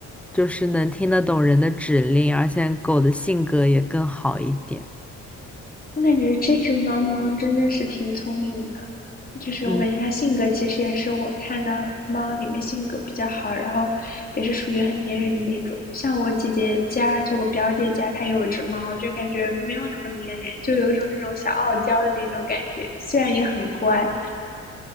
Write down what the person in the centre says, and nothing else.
就是能听得懂人的指令，而且狗的性格也更好一点。
嗯。